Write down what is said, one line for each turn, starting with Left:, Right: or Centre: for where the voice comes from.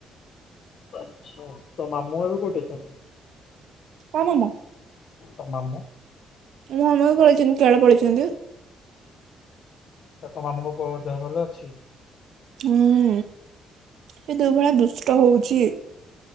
Left: ଆଛା ତୋ ମାମୁଁ ଏବେ କୋଉଠି ଅଛନ୍ତି।
Right: କା ମାମୁଁ।
Left: ତୋ ମାମୁଁ।
Right: ମୁଁ ମାମୁଁ ବି ପଳେଇଛନ୍ତି କରେଳ ପଳେଇଛନ୍ତି।
Left: ଆଛା ତୋ ମାମୁଁ ଙ୍କ ପୁଅ ଦେହ ଭଲ ଅଛି।
Right: ହୁଁ ସେ ଯୋଉ ଭଳିଆ ଦୁଷ୍ଟ ହଉଛି।